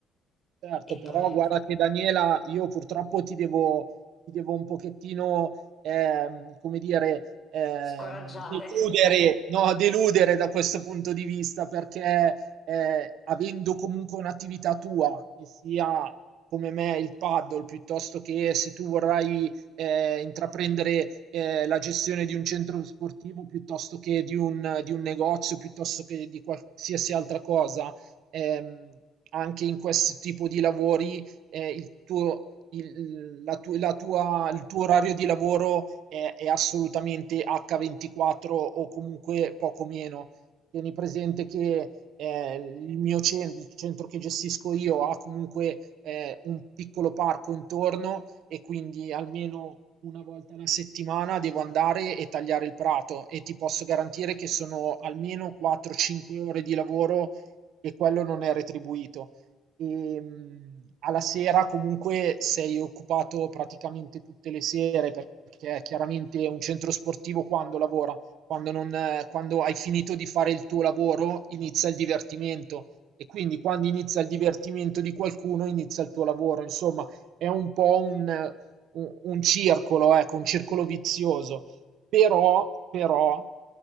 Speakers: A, on the right; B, on the left.
A: Certo,
B: e
A: però
B: poi
A: guarda che Daniela, io purtroppo ti devo, ti devo un pochettino, ehm, come dire, ehm,
B: scoraggiare.
A: deludere, no, deludere da questo punto di vista, perché eh, avendo comunque un'attività tua, che sia come me il paddle, piuttosto che se tu vorrai eh, intraprendere eh, la gestione di un centro sportivo, piuttosto che di un, di un negozio, piuttosto che di qualsiasi altra cosa, ehm, anche in questo tipo di lavori eh, il tuo, il, la tu- la tua- il tuo orario di lavoro è, è assolutamente H24 o comunque poco meno. Tieni presente che eh, il mio centro, il centro che gestisco io ha comunque eh, un piccolo parco intorno e quindi almeno una volta alla settimana devo andare e tagliare il prato e ti posso garantire che sono almeno 4-5 ore di lavoro e quello non è retribuito. E, mh, alla sera comunque sei occupato praticamente tutte le sere perché chiaramente un centro sportivo quando lavora, quando, non, quando hai finito di fare il tuo lavoro inizia il divertimento e quindi quando inizia il divertimento di qualcuno inizia il tuo lavoro, insomma è un po' un, un, un circolo, ecco, un circolo vizioso però, però,